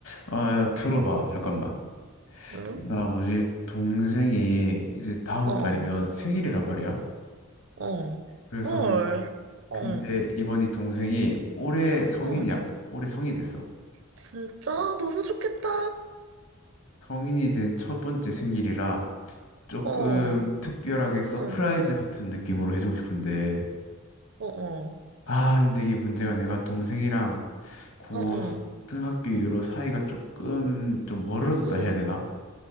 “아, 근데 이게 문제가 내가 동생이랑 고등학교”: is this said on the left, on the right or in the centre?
Left